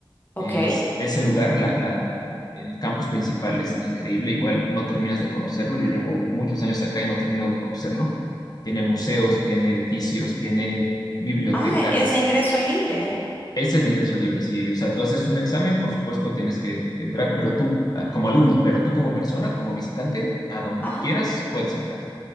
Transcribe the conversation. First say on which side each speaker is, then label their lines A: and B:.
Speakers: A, on the left (about 20°); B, on the left (about 45°).
A: Ok.
B: Es ese lugar, la- la- la- el campus principal es increíble, igual no terminas de conocerlo. Yo llevo muchos años acá y no termino de conocerlo. Tiene museos, tiene edificios, tiene bibliotecas,
A: Ah, es de ingreso libre.
B: Ese es de ingreso libre, sí. O sea, tú haces un examen, por supuesto tienes que, que entrar, pero tú, ah, como alumno, pero tú como persona, como visitante, a donde
A: Ajá.
B: quieras, puedes entrar.